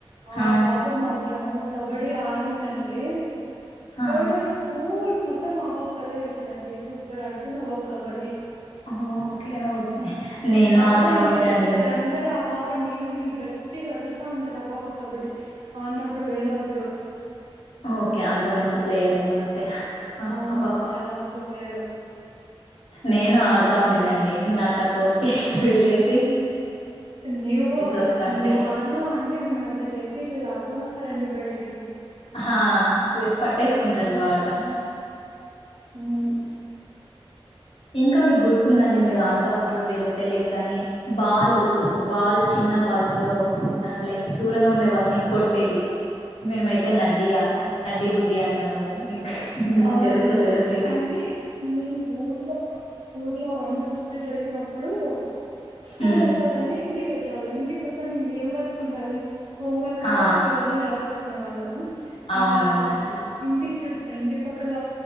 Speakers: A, on the left; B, on the right.
A: హా
B: ఆ పాప మాత్రము క్ కబడ్డీ ఆడిందంటే
A: హా
B: టోటల్ స్కూల్ మొత్ అందరు మా పాప కెల్లే చూస్తారండి సూపర్ ఆడుతుంది ఆ పాప కబడ్డీ
A: ఆ ఓకే ఓకే నేను
B: చాలా
A: ఆడుతా
B: ఎంకరేజ్
A: ఉంటాండి
B: చేశారు అందరు ఆ పాప్ అప్పుడు నేం నీ గట్టిగా అరుస్తా ఉంటారు, ఆ పాప కబడ్డీ ఆడినప్పుడు వెళ్ళినప్పుడు.
A: ఆ ఓకే అంత మంచి ప్లేయర్ ఏమో అయిత్ తే
B: అవును
A: అ పాప,
B: చాలా మంచి ప్లేయరు
A: నేను ఆడుతా ఉంటినండి నా కటౌట్ కి బిల్డింస్
B: నువ్వు
A: వస్తా ఉంటే
B: నువ్వు ఆడాను అంటే నేను ఒక చేతి ఇలా లాక్కొని వస్తారండి బయటికి
A: ఆ పట్టేసుకుంటారు బాగా
B: హ్మ్మ్
A: ఇంకా మీకు గుర్తు స్తుందండి మీరు ఆడుత ఉంట దో లేదో తెలియదు కానీ బాల్ ఒక బాల్ చిన్న బాల్ తో అండ్ లైక్ దూరంగా
B: ఆ
A: ఉండే వాళ్ళని కొట్ తేది మేమైతే
B: ఆ
A: నడ్డియా నడ్డి బుడ్ డి అంటాం అండి మీకు మీకు
B: అవునండి
A: తెలుసో లేదో తెలీదు
B: అంటే నేను ఊర్లో ఊర్లో వంట వస్తు, చదివినప్పుడు స్కూల్
A: హ్మ్
B: అయిపోతానే ఇంటిక్ చాలా మందికి వసంనేమ్ ఇంకేం వర్క్ ఉంటది హోంవర్క్
A: హా
B: కూడా స్కూల్ లోనే రాసేసు కునే వాళ్ళము
A: అవునవునండి
B: మా ఇంటి చుట్ ఎండి పక్కల